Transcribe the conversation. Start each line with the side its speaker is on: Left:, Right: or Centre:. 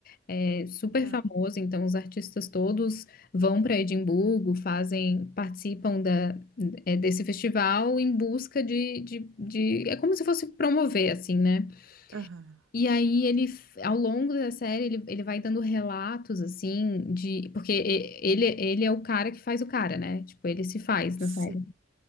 Left: É super
Right: ah,
Left: famoso, então os artistas todos vão para Edimburgo, fazem, participam da, é, desse festival em busca de, de, de... É como se fosse promover, assim, né?
Right: aham.
Left: E aí ele, ao longo da série, ele, ele vai dando relatos, assim, de... Porque e- ele, ele é o cara que faz o cara, né? Tipo, ele se faz
Right: Sim.
Left: na série.